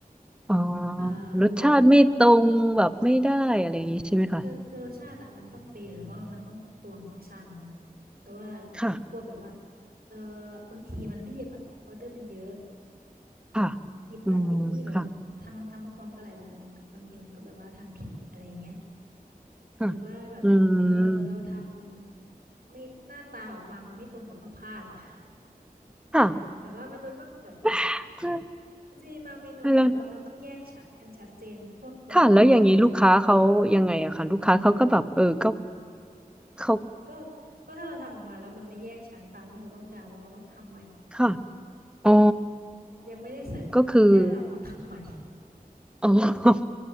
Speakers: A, in the centre; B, on the right.
A: อ๋อ
B: เอ่อหรือว่าแบบ
A: รสชาติไม่ตรงแบบไม่ได้อะไรอย่างนี้ใช่ไหมคะ
B: คือคือรสชาติอะมันต้องเปรี้ยวอยู่แล้วเพราะว่ามันต้องตวงต้องชั่งเนาะแต่ว่า
A: ค่ะ
B: กลัวแบบว่าเออบางทีมันเรียบอะออเดอร์มันเยอะ
A: ค่ะ
B: หยิบนั่นหยิบนี่แบบทำทำทำพร้อมๆกันหลายๆอันอะบางทีมันก็แบบว่าทำผิดอะไรเงี้ย
A: อืมค่ะค่ะ
B: หรือว่าแบบเออเราท
A: อืม
B: ำไม่หน้าตาออกมามันไม่ตรงกับรูปภาพอะ
A: ค่ะ
B: <laughs> แบบว่ามันจะต้องแบบ
A: <laughs>
B: มันจะมีบางเมนูที่แบบว่ามันต้องแยกชั้นกันชัดเจนพวกนมกับอะไรอย่างเงี้ย
A: แล้ว ค่ะแล้วอย่างนี้ลูกค้าเขายังไงอะค่ะลูกค้าเขาก็แบบเออก็เขา
B: ก็ก็ถ้าเราทำออกมาแล้วมันไม่แยกชั้นตามที่เราต้องการเราก็ต้องทำใหม่
A: ค่ะอ๋อ
B: ยังไม่ได้เสิร์ฟค่ะแค่เราต้องทำใหม่
A: ก็คืออ๋อ <laughs>